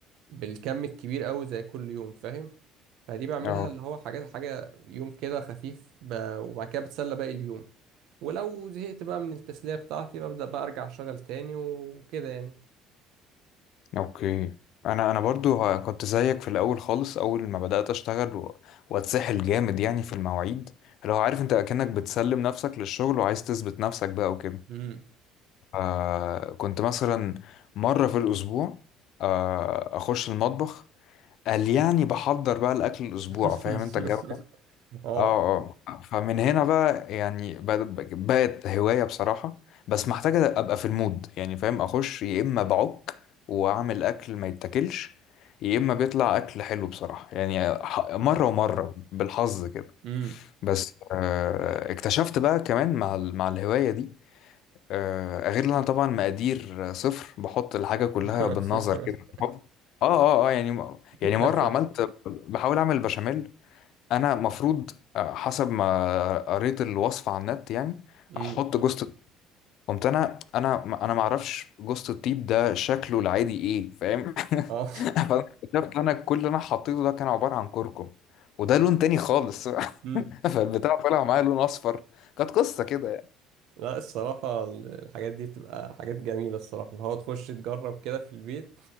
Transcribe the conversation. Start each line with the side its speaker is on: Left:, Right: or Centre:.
Right: بالكم الكبير أوي زي كل يوم فاهم فدي بعملها
Left: اه
Right: اللي هو حاجات حاجة يوم كده خفيف ب- وبعد كده بتسلى باقي اليوم ولو زهقت بقى من التسلية بتاعتي ببدأ بقى أرجع أشتغل تاني وكده يعني
Left: اوكي انا انا برضو ه- كنت زيك في الاول خالص اول ما بدات اشتغل و- واتسحل جامد يعني في المواعيد لو عارف انت اكنك بتسلم نفسك للشغل وعايز تثبت نفسك بقى وكده
Right: امم
Left: آه كنت مثلا مرة في الأسبوع آه أخش المطبخ قال يعني بحضر بقى الأكل الأسبوع
Right: <laughs>
Left: فاهم أنت الجو ده؟
Right: اه
Left: اه اه فمن هنا بقى يعني بد- بقت هواية بصراحة بس محتاجة أبقى في المود يعني فاهم أخش يا إما بعك وأعمل أكل ما يتاكلش يا إما بيطلع أكل حلو بصراحة يعني ح- مرة ومرة بالحظ كده
Right: امم
Left: بس آه اكتشفت بقى كمان مع ال- مع الهواية دي آه، غير ان انا طبعا مقادير صفر بحط الحاجه كلها
Right: <laughs>
Left: بالنظر كده بالحب. اه اه اه يعني م-
Right: بالكبشة
Left: يعني مره عملت بحاول اعمل بشاميل انا مفروض آه، حسب ما قريت الوصفه على النت يعني
Right: امم
Left: احط جوزة قمت انا انا انا ما اعرفش جوزة الطيب ده شكله العادي ايه فاهم <laughs>
Right: اه
Left: فأنا اكتشفت إن انا كل اللي انا حطيته ده كان عباره عن كركم وده لون تاني خالص <laughs>
Right: <laughs> امم
Left: فالبتاع طلع معايا لون اصفر كانت قصه كده يعني.
Right: لا الصراحة ال- الحاجات دي بتبقى حاجات جميلة الصراحة اللي هو تخش تجرب كده في البيت